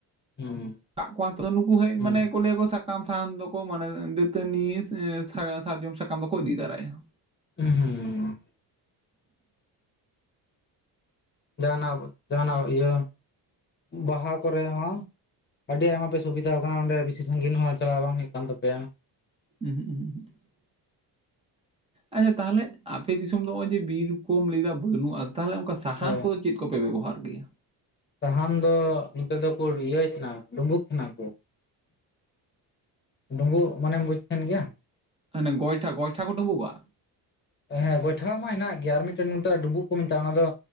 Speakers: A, on the left; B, on the right.
A: ᱦᱩᱸ
B: ᱴᱟᱜ ᱠᱚ ᱛᱚᱳᱨᱮᱱ ᱱᱩᱠᱩ ᱦᱮᱡ
A: ᱦᱩᱸ
B: ᱢᱟᱱᱮ ᱠᱚ ᱞᱟᱹᱭᱟ ᱠᱚ ᱥᱟ ᱠᱟᱢ ᱥᱟᱦᱟᱱ ᱱᱩᱠᱩ ᱢᱟᱱᱮ, ᱫᱟᱹᱛᱟᱹᱱᱤ ᱥᱟ- ᱥᱟᱨᱡᱚᱢ ᱥᱟᱠᱟᱢ ᱫᱚ ᱠᱚ ᱤᱫᱤ ᱫᱟᱨᱟᱭᱟ ᱾
A: ᱦᱩᱸ ᱦᱩᱸ ᱦᱩᱸ ᱡᱟᱦᱟᱸᱱᱟᱜ ᱡᱟᱦᱟᱸᱱᱟᱜ ᱤᱭᱟᱹ ᱵᱟᱦᱟ ᱠᱚᱨᱮ ᱦᱚᱸ ᱟᱹᱰᱤ ᱟᱭᱢᱟ ᱯᱮ ᱥᱩᱵᱤᱫᱟᱣ ᱠᱟᱱᱟ ᱚᱸᱰᱮ ᱵᱤᱥᱤ ᱥᱟᱹᱜᱤᱱ ᱦᱚᱸ ᱪᱟᱞᱟᱣ ᱵᱟᱝ ᱦᱩᱭᱩᱜ ᱠᱟᱱ ᱛᱟᱯᱮᱭᱟ᱾
B: ᱩᱦᱩᱸᱜ ᱩᱦᱩᱸᱜ ᱩᱦᱩᱸᱜ ᱟᱪᱪᱷᱟ ᱛᱟᱦᱚᱞᱮ ᱟᱯᱮ ᱫᱤᱥᱚᱢ ᱫᱚ ᱦᱚᱸᱜᱼᱚᱭ ᱡᱮ ᱵᱤᱨ ᱠᱚᱢ ᱞᱟᱹᱭᱫᱟ ᱵᱟᱹᱱᱩᱜᱼᱟ ᱛᱟᱦᱚᱞᱮ ᱚᱝᱠᱟ ᱥᱟᱦᱟᱱ
A: ᱦᱳᱭ
B: ᱠᱚᱫᱚ ᱪᱮᱜ ᱠᱚᱯᱮ ᱵᱮᱵᱚᱦᱟᱨ ᱜᱮᱭᱟ?
A: ᱥᱟᱦᱟᱱ ᱫᱚ ᱱᱤᱛᱮ ᱫᱚᱠᱚ ᱨᱭᱟᱹᱭ ᱛᱟᱦᱮᱱᱟ ᱰᱳᱸᱵᱳᱠ ᱛᱟᱦᱮᱱᱟ ᱠᱚ᱾ ᱰᱳᱸᱵᱳᱜ ᱢᱟᱱᱮᱢ ᱵᱩᱡ ᱛᱟᱦᱮᱱ ᱜᱮᱭᱟ?
B: ᱦᱟᱱᱮ ᱜᱚᱭᱴᱟ ᱜᱚᱭᱴᱟ ᱠᱚ ᱰᱳᱸᱵᱳᱜᱼᱟ?
A: ᱦᱮᱸ ᱜᱚᱭᱴᱷᱟ ᱢᱟ ᱦᱮᱱᱟᱜ ᱜᱮᱭᱟ ᱟᱨ ᱢᱤᱫᱴᱮᱱ ᱱᱚᱛᱮ ᱰᱩᱸᱵᱩᱜ ᱠᱚ ᱢᱮᱛᱟᱜᱼᱟ ᱚᱱᱟ ᱫᱚ